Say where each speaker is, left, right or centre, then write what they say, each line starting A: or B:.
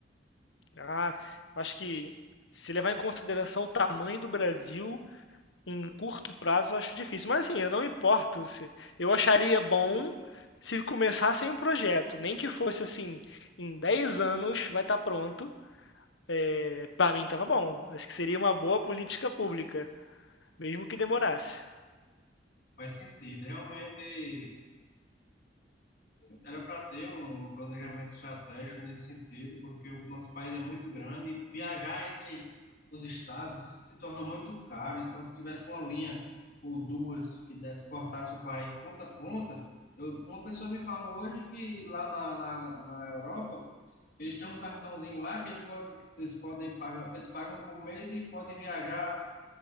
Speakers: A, on the left (about 80°); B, on the left (about 50°).
A: Ah, acho que se levar em consideração o tamanho do Brasil, Em curto prazo eu acho difícil, mas assim, eu não me importo se eu acharia bom se começassem um projeto, nem que fosse assim, em 10 anos vai estar pronto. É, para mim tava bom. Acho que seria uma boa política pública, mesmo que demorasse.
B: Faz sentido. Realmente era para ter um planejamento estratégico nesse sentido, porque o nosso país é muito grande e viajar entre os estados se torna muito caro. Então, se tivesse uma linha ou duas que desse, cortasse o país ponta a ponta, eu, uma pessoa me falou hoje que lá na, na, na Europa eles têm um cartãozinho lá que ele pode, eles podem pagar, eles pagam por mês e podem viajar